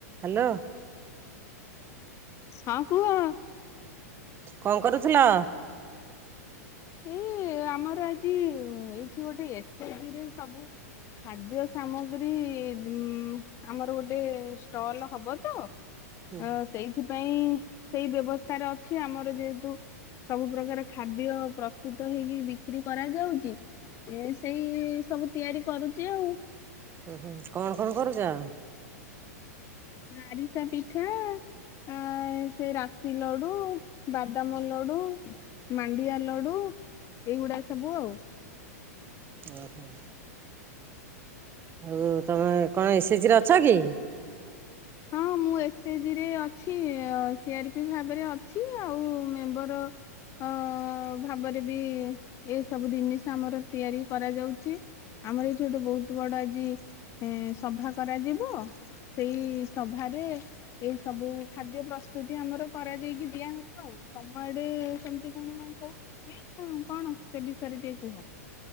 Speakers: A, on the right; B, on the left.
A: Hello.
B: ହଁ କୁହ?
A: କଣ କରୁଥିଲ?
B: ଏ ଆମର ଆଜି ଏଇଠି ଗୋଟେ ଏସେଜି ରେ ସବୁ ଖାଦ୍ୟ ସାମଗ୍ରୀ ଦିନ ଆମର ଗୋଟେ ଷ୍ଟଲ୍ ହବ ତ।
A: ହୁଁ।
B: ଅ, ସେଇଥିପାଇଁ ସେଇ ବ୍ୟବସ୍ଥା ରେ ଅଛି ଆମର ଯେହେତୁ ସବୁ ପ୍ରକାର ଖାଦ୍ୟ ପ୍ରସ୍ତୁତ ହେଇକି ବିକ୍ରି କରାଯାଉଛି ଏ ସେଇ ସବୁ ତିଆରି କରୁଛି ଆଉ।
A: ହୁଁ-ହୁଁ କଣ-କଣ କରୁଛ?
B: ଆରିସା ପିଠା। ଆଁ ସେ ରାଶି ଲଡୁ ବାଦାମ୍ ଲଡୁ। ମାଣ୍ଡିଆ ଲଡୁ ଏଇଗୁଡା ସବୁ ଆଉ।
A: ଓହୋ ଆଉ ତମେ କଣ ଏସେଜି ରେ ଅଛ କି? <inaudible>
B: ହଁ ମୁଁ ଏସେଜି ରେ ଅଛି ସିଆରପି ଭାବରେ ଅଛି, ଆଉ ମେମ୍ବର ହଁ ଭାବରେ ବି ଏସବୁ ଜିନିଷ ଆମର ତିଆରି କରାଯାଉଛି। ଆମର ଏଇଠି ଗୋଟେ ବହୁତ ବଡ଼ ଆଜି ଏ ସଭା କରାଯିବ। ସେଇ ସଭାରେ ଏଇ ସବୁ ଖାଦ୍ୟ ପ୍ରସ୍ତୁତି ଆମର କରାଯାଇକି ଦିଆହବ ଆଉ! ତମ ଆଡେ ସେମତି କଣ ହଉଛି? ହୁଏ ନାଁ କଣ ସେ ବିଷୟରେ ଟିକେ କୁହ?